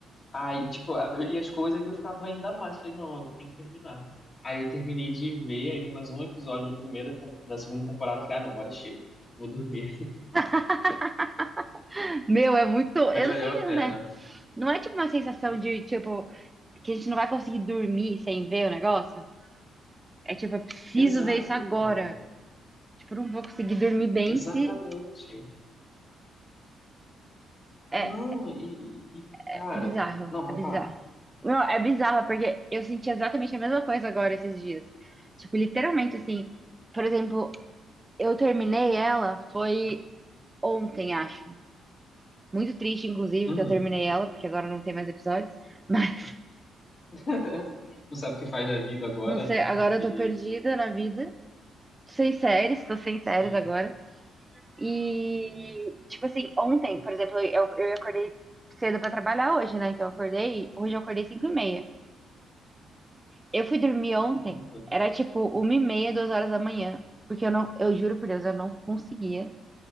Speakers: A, on the left; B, on the right.
A: Aí, tipo, eu li as coisas que eu ficava ainda mais. Falei, não, eu tenho que terminar. Aí eu terminei de ver, aí vi mais um episódio da primeira, tem- da segunda temporada. eu Falei, ah, não, agora chega. Vou dormir. <laughs>
B: <laughs> Meu, é muito. Eu
A: Mas valeu
B: não sei o
A: a
B: que acontece.
A: pena.
B: Não é tipo uma sensação de, tipo, que a gente não vai conseguir dormir sem ver o negócio? É tipo, eu preciso
A: Exato,
B: ver isso agora.
A: cara.
B: Tipo, eu não vou conseguir dormir bem
A: Exatamente.
B: se. É,
A: Não, e, e- e,
B: é
A: cara.
B: bizarro,
A: Não, pra
B: é bizarro.
A: falar.
B: Não, é bizarro, porque eu senti exatamente a mesma coisa agora esses dias. Tipo, literalmente assim. Por exemplo, eu terminei ela foi ontem, acho. Muito triste, inclusive,
A: Uhum.
B: que eu terminei ela, porque agora não tem mais episódios. <laughs> Mas
A: <laughs> Não sabe o que faz da vida agora,
B: não sei,
A: né?
B: agora
A: Naquele
B: eu tô perdida
A: momento.
B: na vida. Sem séries, tô sem séries
A: Sim.
B: agora. E, tipo assim, ontem, por exemplo, eu, eu acordei cedo pra trabalhar hoje, né? Então eu acordei, hoje eu acordei 5 e meia. Eu fui dormir ontem,
A: Caramba.
B: era tipo uma e meia, 2 horas da manhã. Porque eu não, eu juro por Deus, eu não conseguia.